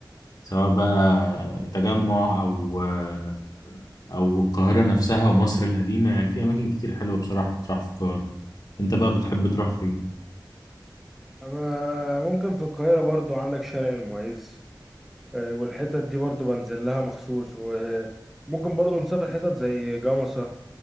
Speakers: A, on the left; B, in the centre.
A: سواء بقى تجمع أو آه، أو القاهرة نفسها ومصر القديمة يعني في أماكن كتير حلوة بصراحة تروح في القاهرة أنت بقى بتحب تروح فين؟
B: انا ممكن في القاهرة برضو عندك شارع المعز آه، والحتت دي برضو بنزل لها مخصوص وممكن برضو نسافر حتت زي جمصة